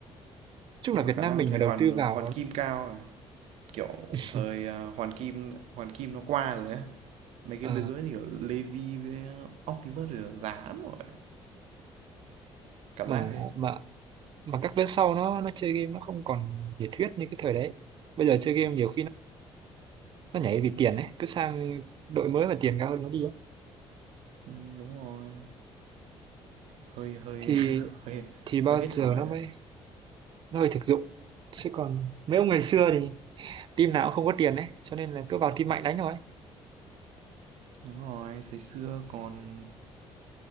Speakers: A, on the right (about 50°); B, on the right (about 80°).
A: chung
B: nhưng
A: là Việt
B: mà khả
A: Nam
B: năng
A: mình
B: thời
A: mà đầu
B: Hoàn
A: tư vào
B: Hoàn Kim cao rồi. Kiểu
A: <laughs>
B: thời à, Hoàn Kim Hoàn Kim nó qua rồi á. Mấy cái
A: ờ,
B: lứa như kiểu Levi với Optimus rồi là lắm rồi. Cảm
A: mà
B: giác thế.
A: mà mà các lớp sau nó nó chơi game nó không còn nhiệt huyết như cái thời đấy bây giờ chơi game nhiều khi nó nó nhảy vì tiền đấy cứ sang đội mới mà tiền cao hơn nó đi ấy.
B: Ừ, đúng rồi. Hơi hơi
A: thì
B: <laughs> hơi
A: thì bao
B: hơi hết
A: giờ
B: thời
A: nó mới
B: đấy.
A: nó hơi thực dụng chứ còn mấy ông ngày xưa thì team nào cũng không có tiền đấy cho nên là cứ vào team mạnh đánh thôi
B: Đúng rồi, thời xưa còn